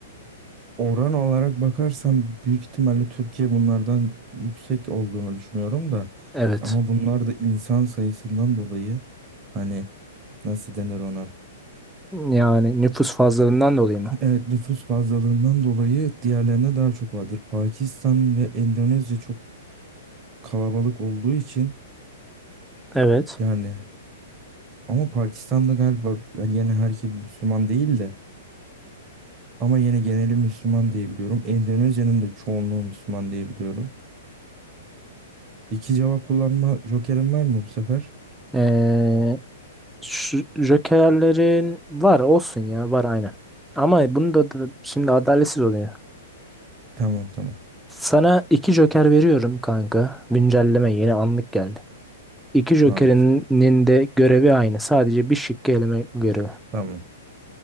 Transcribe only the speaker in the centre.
Evet.
Yani nüfus fazlalığından dolayı mı?
Evet.
Ee, şu Jokerlerin var olsun ya var aynen. Ama bunu da, da şimdi adaletsiz oluyor.
Sana iki Joker veriyorum kanka. Güncelleme yeni anlık geldi. İki Joker'inin
de görevi aynı. Sadece bir şıkkı eleme görevi.